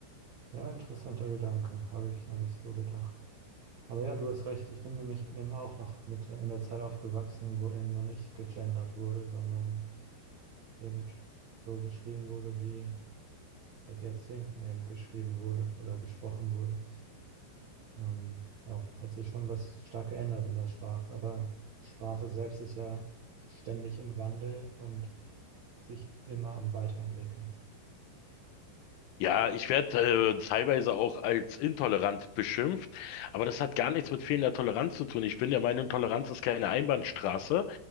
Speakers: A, on the right; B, on the left.
A: Ja, interessanter Gedanke, habe ich noch nicht so bedacht. Aber ja, du hast recht, ich bin nämlich eben auch noch mit in der Zeit aufgewachsen, wo eben noch nicht gegendert wurde, sondern eben so geschrieben wurde, wie seit Jahrzehnten eben geschrieben wurde oder gesprochen wurde. Ähm, ja, hat sich schon was stark geändert in der Sprache, aber Sprache selbst ist ja ständig im Wandel und sich immer am Weiterentwickeln.
B: Ja, ich werde äh, teilweise auch als intolerant beschimpft, aber das hat gar nichts mit fehlender Toleranz zu tun. Ich bin der Meinung, Toleranz ist keine Einbahnstraße,